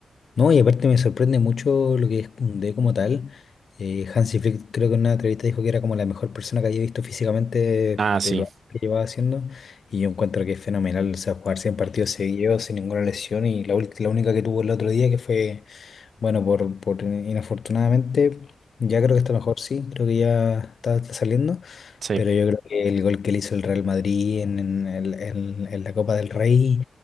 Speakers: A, on the left; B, on the right.
A: No, y aparte me sorprende mucho lo que es Koundé como tal. Eh, Hansi Flick creo que en una entrevista dijo que era como la mejor persona que había visto físicamente
B: Ah, sí,
A: de lo que llevaba haciendo. Y yo encuentro que es fenomenal, o sea, jugar 100 partidos seguidos sin ninguna lesión y la, ult- la única que tuvo el otro día que fue Bueno, por, por inafortunadamente, ya creo que está mejor, sí, creo que ya está, está saliendo,
B: sí,
A: pero yo creo que el gol que le hizo el Real Madrid en, en el- en- en la Copa del Rey,